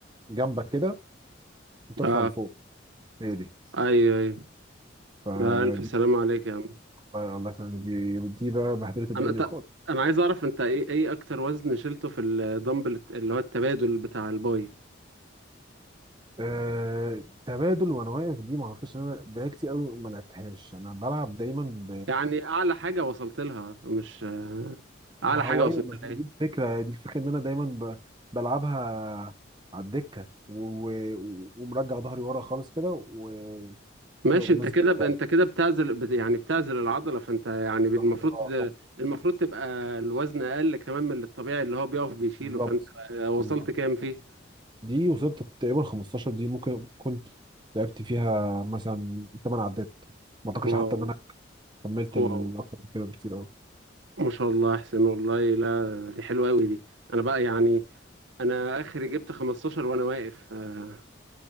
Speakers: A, on the right (about 25°); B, on the right (about 75°).
A: جنبك كده وترفع
B: اه
A: لفوق هي دي
B: ايوه ايوه
A: فدي
B: ده الف سلام عليك يا عم
A: آه، الله يسلمك دي دي بقى بهدلت الدنيا
B: انا ت...
A: خالص
B: انا عايز اعرف انت ايه ايه اكتر وزن شلته في الدمبل الت- اللي هو التبادل بتاع الباي
A: آه... تبادل وانا واقف دي ما اعتقدش ان انا بقالي كتير قوي ما لعبتهاش انا بلعب دايما
B: يعني اعلى حاجه وصلت لها مش آه، اعلى
A: ما
B: حاجه
A: هو
B: وصلت
A: ايوه ما
B: لها
A: هي دي
B: ايه
A: الفكره دي الفكره ان انا دايما ب... بلعبها على الدكه و... و... ومرجع ظهري ورا خالص كده و...
B: ماشي
A: ومنزل
B: انت كده
A: <laughs>
B: ب...
A: دراعي.
B: انت كده بتعزل بت... يعني بتعزل العضله فانت يعني
A: بالظبط
B: المفروض
A: اه طب-
B: المفروض تبقى الوزن اقل كمان من الطبيعي اللي هو بيقف بيشيله
A: بالظبط
B: فانت آه، وصلت
A: بالظبط
B: كام فيه
A: دي وصلت تقريبا 15 دي ممكن كنت لعبت فيها مثلا 8 عدات ما اعتقدش
B: واو
A: حتى ان انا كملت
B: واو
A: ال- اكتر من كده بكتير قوي
B: ما شاء الله احسن والله لا دي حلوه قوي دي انا بقى يعني انا اخري جبت 15 وانا واقف آه،